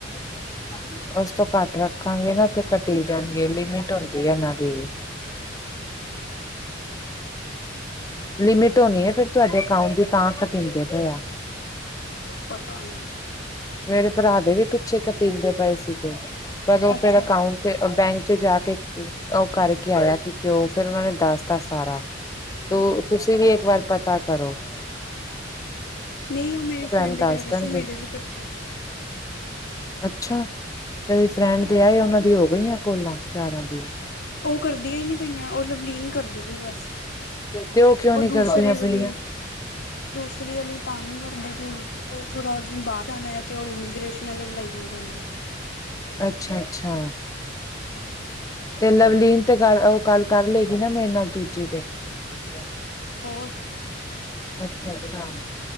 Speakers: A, on the left; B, on the left.
A: <inaudible> ਓਸ ਤੋਂ ਘੱਟ ਰੱਖਾਂਗੇ ਨਾ ਤੇ ਘਟੀ ਜਾਣਗੇ ਲਿਮਿਟ ਹੁੰਦੀ ਏ ਏਨਾਂ ਦੀ ਵੀ।
B: ਹੂੰ
A: ਲਿਮਿਟ ਹੋਣੀ ਏ ਫੇਰ ਤੁਆਡੇ ਅਕਾਊਂਟ ਦੀ ਤਾਂ ਕਟੀਦੇ ਪਏ ਆ।
B: ਪਤਾ ਨੀ।
A: ਮੇਰੇ ਭਰਾ ਦੇ ਵੀ ਪਿੱਛੇ ਕਟੀਦੇ ਪਏ ਸੀਗੇ। ਪਰ ਓ
B: ਅੱਛਾ
A: ਫੇਰ ਅਕਾਊਂਟ' ਚ- ਓ ਬੈਂਕ ਚ ਜਾ ਕੇ ਓ ਕਰਕੇ ਆਇਆ ਕਿ ਕਿਉਂ, ਫਿਰ ਉਨਾਂ ਨੇ ਦੱਸ ਤ ਸਾਰਾ। ਤੂੰ
B: ਅੱਛਾ
A: ਤੁਸੀਂ ਵੀ ਏਕ ਵਾਰ ਪਤਾ ਕਰੋ।
B: ਨਈ ਓ ਮੇਰੀ ਫਰੈਂਡ
A: ਤੁਹਾਨੂੰ ਦੱਸ
B: ਕਹਿ ਰੀ
A: ਦੇਣਗੇ।
B: ਸੀ ਮੇਰੇ ਵੀ ਕਟਦੇ ਪਏ ਆ।
A: ਅੱਛਾ ਤੇਰੀ ਫਰੈਂਡ। ਵਿਆਏ ਉਨਾਂ ਦੀਆ ਹੋ ਗਈਆਂ ਕੋਲਾਂ ਚਾਰਾਂ ਦੀਆਂ।
B: ਓ ਕਰਦੀਆਂ ਈ ਨੀ ਪਈਆਂ। ਓ ਲਵਲੀਨ ਕਰਦੀ ਪਈ ਬਸ।
A: ਤੇ ਉਹ ਕਿਉਂ
B: ਓ
A: ਨੀ
B: ਦੂਸਰੇ
A: ਕਰਦੀਆਂ
B: ਵਲੀ-
A: ਪਈਆਂ?
B: ਦੂਸਰੀ ਅਲੀ ਤਾਂ ਨੀ ਕਰਦੀ ਪਈ ਓ ਥੋੜਾ ਓ ਦਿਨ ਬਾਰ- ਜਾਣਾ ਤੇ ਓ ਇਮੀਗ੍ਰੇਸ਼ਨ ਅਲੇ ਬੁਲਾਈ ਜਾਂਦੇ ਉਨੂੰ।
A: ਅੱਛਾ -ਅੱਛਾ। ਤੇ ਲਵਲੀਨ ਤੇ ਗੱਲ ਓ ਗੱਲ ਕਰ ਲਏਗੀ ਨਾ ਮੇਰੇ ਨਾਲ ਦੂਜੀ ਤੇ। ਬੜੇ ਲੈਵਾਂਗੇ। <inaudible>
B: ਹੋਰ
A: ਅੱਛਾ- ਅੱਛਾ।